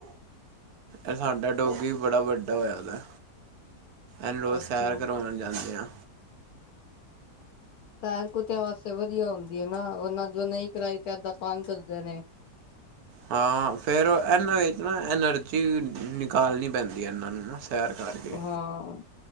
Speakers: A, on the right; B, on the left.
A: ਏ ਸਾਡਾ ਡੋਗੀ ਬੜਾ ਵੱਡਾ ਹੋਏਆ ਦਾ। ਏਨੂੰ
B: ਅੱਛਾ
A: ਸੈਰ ਕਰੋਣ ਜਾਂਦੇ ਆਂ।
B: ਸੈਰ ਕੁਤੇਆਂ ਵਾਸਤੇ ਵਧੀਆ ਹੁੰਦੀ ਹੈ ਨਾ, ਅਗਰ ਨਾਂ ਜੋ ਨਈ ਕਰਾਈ ਤੇ ਏਦਾਂ ਤੰਗ ਕਰਦੇ ਨੇ।
A: ਹਾਂ ਫੇਰ ਏਨਾਂ ਵਿੱਚ ਨਾ, ਐਨਰਜੀ ਨਿਕਾਲਣੀ ਪੈਂਦੀ ਏਨਾਂ ਨੂੰ ਨਾ ਸੈਰ ਕਰਕੇ।
B: ਹਾਂ।